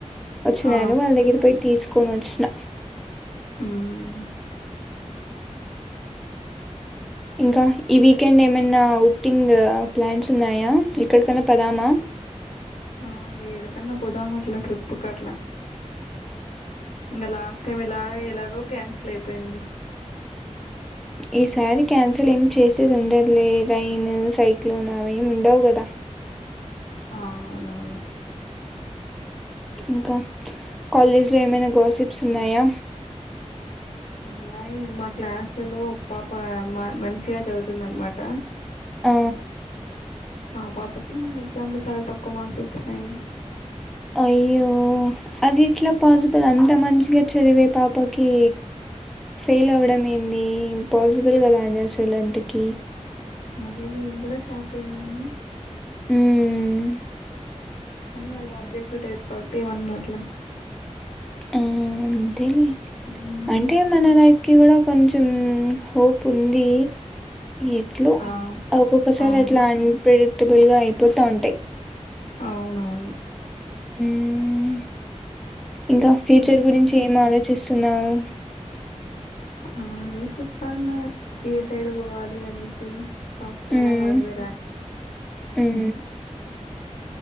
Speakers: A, in the centre; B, on the left.
A: వచ్చి
B: ఆ,
A: నను వాళ్ళ దగ్గర పోయి తీసుకొని వచ్చిన
B: మ్మ్.
A: ఇంకా ఈ వీకెండ్ ఏమైనా ఔటింగ్ ప్లాన్స్ ఉన్నాయా ఎక్కడికన్నా పదామా
B: ఆ ఏడుకన్నా పోదాం అట్ల ట్రిప్పుకి అట్లా ఇంకా లాస్ట్ టైం ఎలా ఎలాగో క్యాన్ స్లిప్ అయిపోయింది
A: ఈసారీ క్యాన్సల్ ఏమి చేసేది ఉండదులే ట్రైన్ సైక్లోన్ అవ ఏమి ఉండవు కదా
B: ఆ అవునవును
A: ఇంకా కాలేజ్లో ఏమైనా గసిప్స్ ఉన్నాయా
B: ఉన్నాయి మా క్లాసు లో పాప మంచిగా చదువుతుంద అనమాట
A: ఆ!
B: ఆ పాపకి ముందు ఎగ్జామ్ లో చాలా తక్కువ మార్క్స్ వచ్చినాయి
A: అయ్యో అది ఇట్లా పాసిబుల్ అంత మంచిగా చదివే పాపకి ఫెయిల్ అవడం ఏంది ఇం పాసిబుల్ కదా అది అసలు అంతక
B: అదే నేను కూడా షాక్ అయినాను
A: హమ్
B: కానీ అద ఆబ్జెక్టివ్ టైప్ కాబట్టి ఏమన్నట్లా
A: ఆ అంతేనే
B: మ్మ్
A: అంటే మన లైఫ్ కి కూడా కొంచెం హోప్ ఉంది ఎట్లు
B: ఆ ఓకే.
A: ఒక్కొక్కసారి
B: అవును
A: అట్లా అన్పడి అటబుల్గా అయిపోతూ ఉంటాయి
B: అవునవును
A: మ్మ్ ఇంకా ఫ్యూచర్
B: ఇంకే
A: గురించి
B: ఫ్యూచర్
A: ఏం ఆలోచిస్తుంది నవు
B: ఆ ఆలోచిస్తాన్న ఏ సైడ్ పోవాలి అనేసి సాఫట్వేర్
A: మ్మ్
B: హార్డ్వేర్ హా
A: మ్మ్